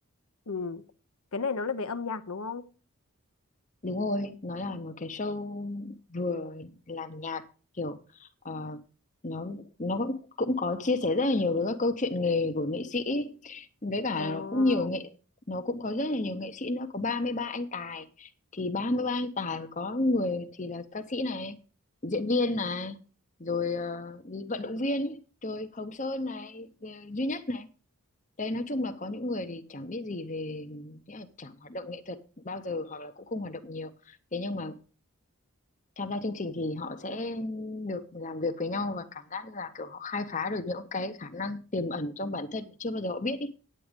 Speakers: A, on the left; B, on the left.
A: ừ. cái này nó là về âm nhạc đúng không
B: đúng rồi nó là một cái show vừa làm nhạc kiểu ờ, nó nó cũng cũng có chia sẻ rất là nhiều với các câu chuyện nghề của nghệ sĩ với cả
A: ờ
B: là nó cũng nhiều nghệ nó cũng có rất là nhiều nghệ sĩ nữa có 33 anh tài thì 33 anh tài có người thì là ca sĩ này diễn viên này rồi ờ, đi vận động viên rồi Hồng Sơn này ờ, duy nhất này Đấy, nói chung là có những người thì chẳng biết gì về nghĩa là chẳng hoạt động nghệ thuật bao giờ hoặc là cũng không hoạt động nhiều. Thế nhưng mà tham gia chương trình thì họ sẽ được làm việc với nhau và cảm giác như là kiểu họ khai phá được những cái khả năng tiềm ẩn trong bản thân mà chưa bao giờ họ biết ý.